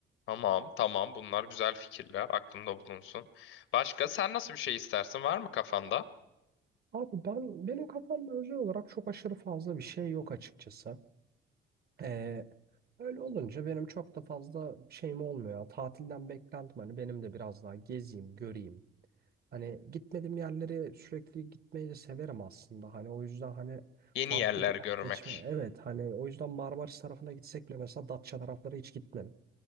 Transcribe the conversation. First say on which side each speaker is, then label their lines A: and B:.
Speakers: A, on the left; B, on the right.
A: Tamam, tamam. Bunlar güzel fikirler. Aklımda bulunsun. Başka sen nasıl bir şey istersin? Var mı kafanda?
B: Abi ben benim kafamda özel olarak çok aşırı fazla bir şey yok açıkçası. Ee, öyle olunca benim çok da fazla şeyim olmuyor. Tatilden beklentim hani benim de biraz daha gezeyim, göreyim. Hani gitmediğim yerlere sürekli gitmeyi de severim aslında. Hani o yüzden hani
A: Yeni
B: farklı
A: yerler
B: bir
A: görmek.
B: yer seçme. Evet hani o yüzden Marmaris tarafına gitsek bile mesela Datça tarafları hiç gitmedim.